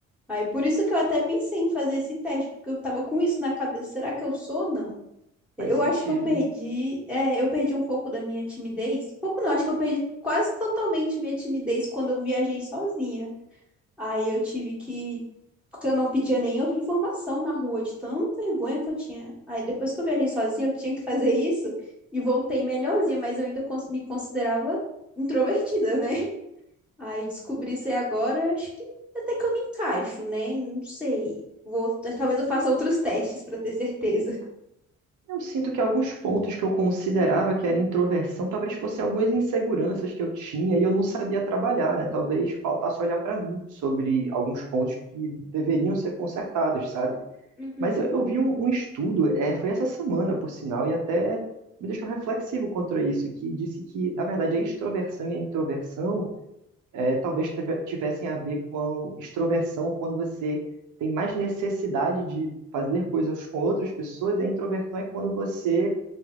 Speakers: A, in the centre; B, on the right (about 75°).
A: Aí por isso que eu até pensei em fazer esse teste, porque eu tava com isso na cabeça, será que eu sou ou não?
B: Faz
A: Eu
B: sentido.
A: acho que eu perdi, é, eu perdi um pouco da minha timidez. um Pouco não, acho que eu perdi quase totalmente minha timidez quando eu viajei sozinha. Aí eu tive que. Porque eu não pedia nem informação na rua, de tão vergonha que eu tinha. Aí depois que eu viajei sozinha, eu tinha que fazer isso e voltei melhorzinha, mas eu ainda cons- me considerava introvertida, né? <laughs> Aí descobri isso aí agora, acho que até que eu me encaixo, né? Não sei. Vou, talvez eu faça outros testes pra ter certeza.
B: Eu sinto que alguns pontos que eu considerava que era introversão, talvez fossem algumas inseguranças que eu tinha e eu não sabia trabalhar, né? Talvez faltasse olhar para mim sobre alguns pontos que deveriam ser consertados, sabe?
A: Uhum.
B: Mas eu, eu vi um, um estudo, é, foi essa semana, por sinal, e até me deixou reflexivo contra isso, que disse que, na verdade, a extroversão e a introversão é, talvez teve- tivessem a ver com extroversão quando você tem mais necessidade de fazer coisas com outras pessoas, e a introversão é quando você